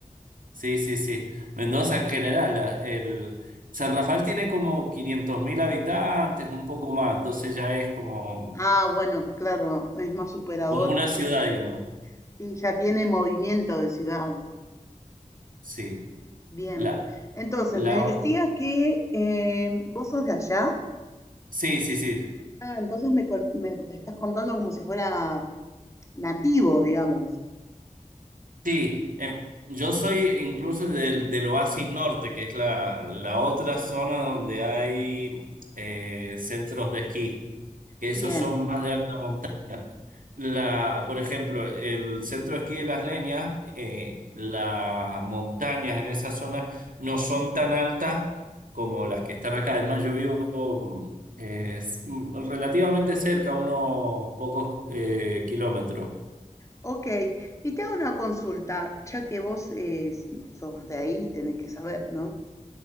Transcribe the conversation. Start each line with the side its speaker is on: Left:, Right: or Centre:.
Right: Sí, sí, sí. Mendoza en general, la- el San Rafael tiene como 500.000 habitantes, un poco más, entonces ya es como,
Left: Ah, bueno, claro, es más superador.
Right: como una ciudad,
Left: eh,
Right: digamos.
Left: Sí, ya tiene movimiento de ciudad.
Right: Sí.
Left: Bien.
Right: La,
Left: Entonces,
Right: la,
Left: me decías
Right: o-
Left: que eh, vos sos de allá.
Right: sí, sí, sí.
Left: Ah, entonces me, con- me estás contando como si fuera nativo, digamos.
Right: Sí, em, yo soy incluso del, del Oasis Norte, que es la, la otra zona donde hay eh, centros de esquí, que
Left: Bien,
Right: esos son más de alta montaña. La, por ejemplo, el centro de esquí de Las Leñas, eh, las montañas en esa zona no son tan altas como las que están acá. Además, yo vivo mm, eh, s- mm, relativamente cerca, unos pocos eh, kilómetros.
Left: ok. Y te hago una consulta, ya que vos eh, s- sos de ahí, tenés que saber, ¿no?